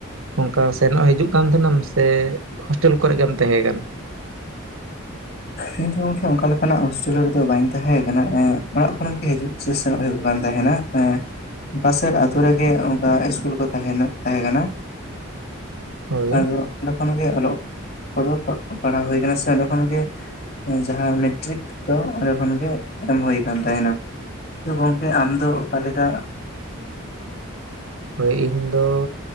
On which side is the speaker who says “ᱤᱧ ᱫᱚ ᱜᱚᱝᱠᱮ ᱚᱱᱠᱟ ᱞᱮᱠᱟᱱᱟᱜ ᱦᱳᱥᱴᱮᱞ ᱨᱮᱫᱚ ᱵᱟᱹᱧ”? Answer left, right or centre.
Left